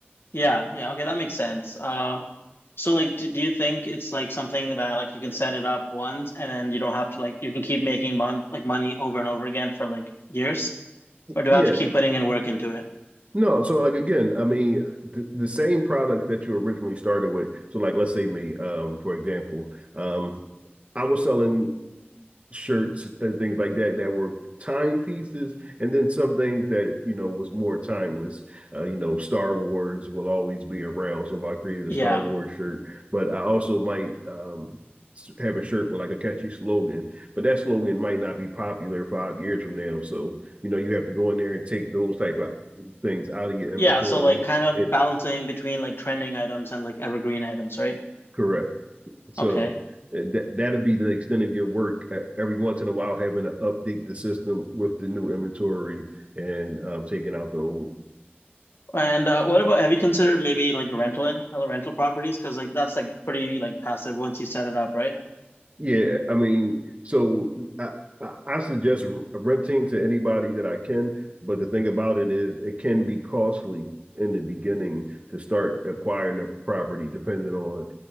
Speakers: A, on the left; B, on the right.
A: Yeah, yeah, okay, that makes sense. Uh, So like do, do you think it's like something that like you can set it up once and then you don't have to like you can keep making month like money over and over again for like years? Or do
B: Yeah,
A: I have to keep putting in work into it?
B: No, so like again, I mean, the, the same product that you originally started with. So like, let's say me, um, for example, um, I was selling shirts and things like that that were timepieces, and then some things that you know was more timeless. Uh, you know, Star Wars will always be around, so I created
A: Yeah.
B: a Star Wars shirt. But I also might um, have a shirt with like a catchy slogan, but that slogan might not be popular five years from now. So you know, you have to go in there and take those type of things out of your inventory.
A: Yeah, so like kind of
B: And
A: balancing between like trending items and like evergreen items, right?
B: correct. So
A: Okay.
B: uh, that that'll be the extent of your work. Uh, Every once in a while, having to update the system with the new inventory and um, taking out the old.
A: And uh, what about have you considered maybe like rental in other rental properties? Because like that's like pretty like passive once you set it up, right?
B: Yeah, I mean, so I I suggest renting to anybody that I can. But the thing about it is, it can be costly in the beginning to start acquiring a property, depending on